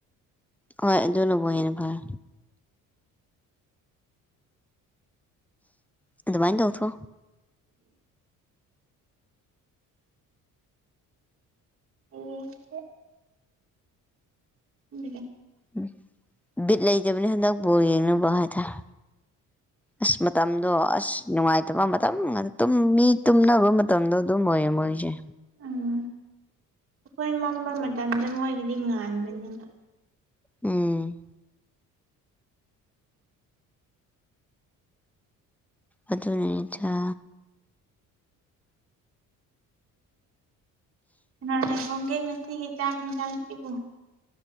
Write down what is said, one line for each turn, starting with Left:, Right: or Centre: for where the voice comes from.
Centre: ꯍꯣꯏ ꯑꯗꯨꯅꯕꯍꯤꯅꯚꯥꯏ ꯑꯗꯨꯃꯥꯏꯅ ꯇꯧꯊꯣ
Right: ꯑꯦ ꯎ
Centre: ꯎꯝ ꯕꯤꯠ ꯂꯩꯖꯕꯅꯤ ꯍꯟꯗꯛ ꯕꯣꯜ ꯌꯦꯡꯅꯕ ꯍꯥꯏꯇꯥꯔꯦ ꯑꯁ ꯃꯇꯝꯗꯣ ꯑꯁ ꯅꯨꯡꯉꯥꯏꯇꯕ ꯃꯇꯝ ꯑꯗꯨ ꯇꯨꯝ ꯃꯤ ꯇꯨꯝꯅꯕ ꯃꯇꯝꯗꯣ ꯑꯗꯨꯝ ꯑꯣꯏꯌꯦ ꯃꯣꯏꯁꯦ
Right: ꯎꯝ ꯑꯩꯈꯣꯏ ꯃꯝꯕ ꯃꯇꯝꯗ ꯃꯣꯏꯒꯤꯗꯤ ꯉꯥꯟꯕꯅꯤꯅ
Centre: ꯎꯝ ꯑꯗꯨꯅ ꯏꯗ
Right: ꯀꯅꯥꯅ ꯊꯣꯡꯒꯦ ꯉꯁꯤꯒꯤ ꯆꯥꯛ ꯍꯤꯟꯖꯥꯡꯁꯤꯕꯨ